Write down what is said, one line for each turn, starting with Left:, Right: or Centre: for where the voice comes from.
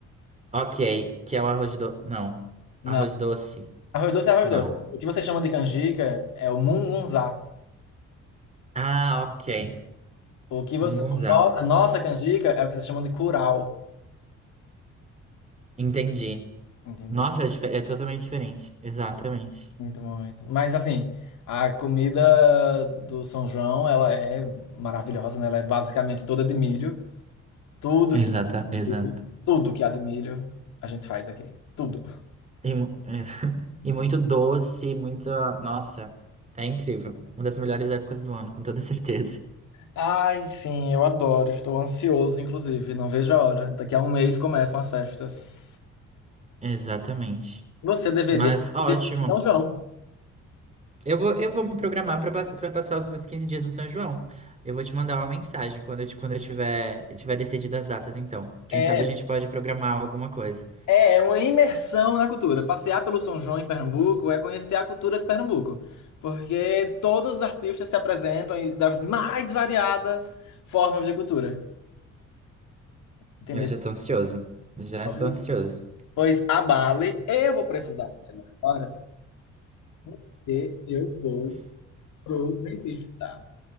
Right: Ok, que é o arroz do... Não.
Left: Não.
Right: Arroz doce?
Left: Arroz doce é arroz
Right: Não.
Left: doce. O que você chama de canjica é o mungunzá.
Right: Ah, ok.
Left: O que você,
Right: Mungunzá.
Left: o no- a nossa canjica é o que você chama de curau,
Right: Entendi.
Left: entendeu?
Right: Nossa, é, dife- é totalmente diferente. Exatamente.
Left: Muito, muito. Mas assim, a comida do São João, ela é maravilhosa, né? Ela é basicamente toda de milho. Tudo
Right: Exata,
Left: que há
Right: exato.
Left: de milho, tudo que há de milho, a gente faz aqui. Tudo.
Right: E, mu- <laughs> e muito doce, muita... Nossa, é incrível. Uma das melhores épocas do ano, com toda certeza.
Left: Ai, sim, eu adoro. Estou ansioso, inclusive. Não vejo a hora. Daqui a um mês começam as festas.
Right: Exatamente.
Left: Você deveria
Right: Mas ótimo.
Left: ir em São João.
Right: Eu vou, eu vou me programar para passar os meus 15 dias no São João. Eu vou te mandar uma mensagem quando eu, te- quando eu tiver, tiver decidido as datas, então. Quem
Left: É,
Right: sabe a gente pode programar alguma coisa.
Left: É, é uma imersão na cultura. Passear pelo São João em Pernambuco é conhecer a cultura de Pernambuco, porque todos os artistas se apresentam em- das mais variadas formas de cultura. Entendeu?
Right: Eu já tô ansioso. Já
Left: Pois,
Right: estou ansioso.
Left: pois abale, eu vou precisar sair agora, porque eu vou
Right: S-
Left: pro dentista,